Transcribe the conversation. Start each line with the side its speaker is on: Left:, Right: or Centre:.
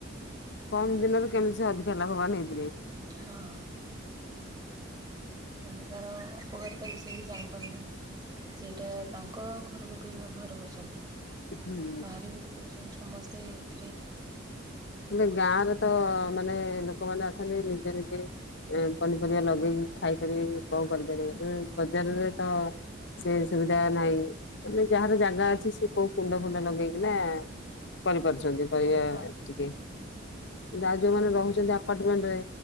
Left: କମ ଦିନରେ କେମିତି ସେ ଅଧିକା ଲାଭବାନ ହେଇପାରିବେ।
Right: ହଁ। କିନ୍ତୁ ତାର ଅପକାରିତା ବିଷୟରେ କିଛି ଜାଣିପାରୁନାହାଁନ୍ତି। ସେଇଟା ତାଙ୍କ ଘର ଲୋକ ବି ବ୍ୟବହାର କରୁଛନ୍ତି।
Left: ହୁଁ
Right: ଭାରି ବିକ୍ରି କରୁଛନ୍ତି ସମସ୍ତେ ଏଇଥିରେ
Left: ମୁଁ କହିଲି ଗାଁରେ ତ ମାନେ ଲୋକମାନେ ଅଛନ୍ତି ନିଜ ନିଜେ ଏ ପନିପରିବା ଲଗେଇକି ଖାଇପାରିବେ, କି କଣ କରିପାରିବେ? ନହେଲେ ବଜାରରେ ତ ସେ ସୁବିଧା ନାହିଁ। ମାନେ ଯାହାର ଜାଗା ଅଛି, ସେ କୋଉ କୁଣ୍ଡ ଫୁଣ୍ଡ ଲଗେଇକିନା କରିପାରୁଛନ୍ତି ପରିବା
Right: ହଁ
Left: ଟିକେ। ଯାହା ଯୋଉମାନେ ରହୁଛନ୍ତି ଆପାର୍ଟମେଣ୍ଟରେ